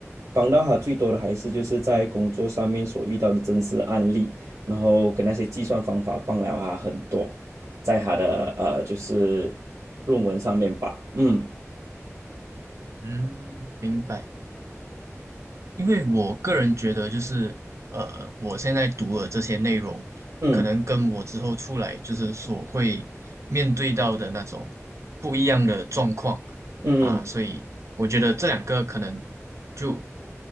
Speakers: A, on the right; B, on the right.
A: 帮到他最多的，还是就是在工作上面所遇到的真实案例，然后跟那些计算方法帮了他很多，在他的呃就是论文上面吧。嗯
B: 嗯，明白。因为我个人觉得，就是呃，我现在读的这些内容，
A: 嗯
B: 可能跟我之后出来就是所会面对到的那种不一样的状况
A: 嗯
B: 啊，所以我觉得这两个可能就